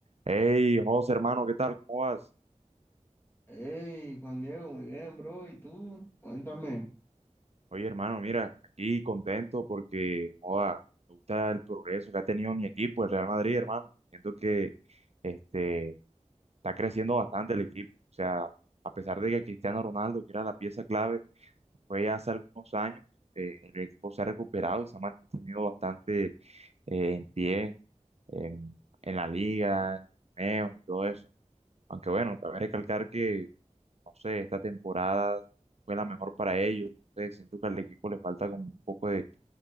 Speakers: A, on the right; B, on the left.
A: Hey, José, hermano, ¿qué tal? ¿Cómo vas?
B: Hey, Juan Diego, muy bien, bro. ¿Y tú? Cuéntame.
A: Oye, hermano, mira, aquí contento porque, joda, me gusta el progreso que ha tenido mi equipo, el Real Madrid, hermano. Siento que este, está creciendo bastante el equipo. O sea, a pesar de que Cristiano Ronaldo, que era la pieza clave, fue ya hace algunos años, eh, el equipo se ha recuperado y se ha mantenido bastante eh, en pie, en, en la liga, en los torneos y todo eso. Aunque bueno, también recalcar que no sé, esta temporada fue la mejor para ellos. No sé, siento que al equipo le falta como un poco de,